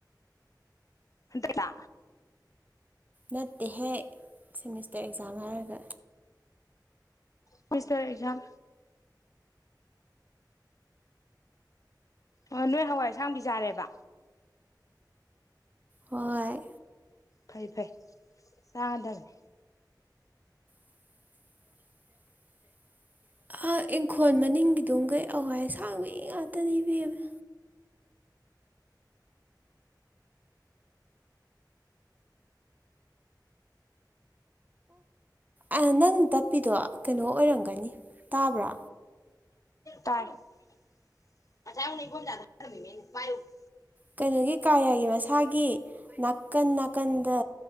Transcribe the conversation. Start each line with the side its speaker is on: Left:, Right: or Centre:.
Left: ꯍꯟꯗꯛꯂꯥ
Right: ꯅꯠꯇꯦꯍꯦ ꯁꯦꯃꯤꯁꯇꯔ ꯑꯦꯛꯖꯥꯝ ꯍꯥꯏꯔꯒ
Left: ꯁꯦꯃꯤꯁꯇꯔ ꯑꯦꯛꯖꯝ ꯑꯣ ꯅꯣꯏ ꯍꯋꯥꯏ ꯑꯁꯥꯡꯕꯤ ꯆꯥꯔꯦꯕ
Right: ꯍꯣꯏ
Left: ꯐꯩ ꯐꯩ ꯆꯥꯗꯕꯅꯤ
Right: ꯚ <inaudible> ꯏꯪꯈꯣꯜ ꯃꯅꯤꯡꯒꯤ ꯗꯨꯒꯩ ꯍꯋꯥꯏ ꯑꯥꯁꯥꯡꯕꯤ ꯉꯥꯛꯇꯅꯤ ꯏꯕꯦꯝꯃꯥ ꯑꯣ ꯅꯪ ꯇꯞꯄꯤꯗꯣ ꯀꯩꯅꯣ ꯑꯣꯏꯔꯝꯒꯅꯤ ꯇꯥꯕ꯭ꯔꯥ
Left: ꯇꯥꯏ <unintelligible>
Right: ꯀꯩꯅꯣꯒꯤ ꯀꯥꯌꯥꯒꯤ ꯃꯁꯥꯒꯤ ꯅꯥꯀꯟ ꯅꯥꯀꯟꯗ